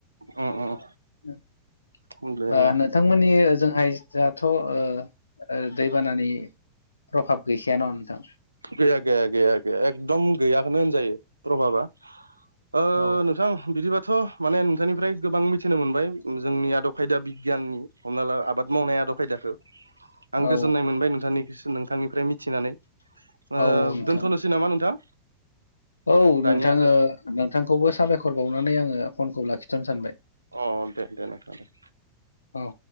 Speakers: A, on the right (about 80°); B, on the left (about 80°).
A: उम उम
B: <inaudible>
A: उम बेनो
B: ओ नोंथांमोननि ओजोंहाय जोंहाथ' ओ ओ दैबानानि प्रभाब गैखायान' नोंथां?
A: गैया गैया गैया गैया एकदम गैयाखौनो होनजायो प्रभाबा। ओ
B: औ
A: नोंथां बिदिबाथ' माने नोंथांनिफ्राय गोबां मिथिनो मोनबाय। जोंनि आद खायदा बिगियाननि। हमना ला आबाद मावनाय द' खायदाखौ आं
B: औ
A: गोजोननाय मोनबाय नोंथांनि सिन नोंथांनिफ्राय मिथिनानै। ओ
B: औ नोंथां
A: दोनथ'नोसै नामा नोंथां?
B: औ
A: दानिया
B: नोंथा
A: जों
B: ओ नोंथांखौबो साबायखर बावनानै आङो फनखौ लाखिथ'नो सानबाय।
A: अ दे दे नोंथां दे।
B: औ।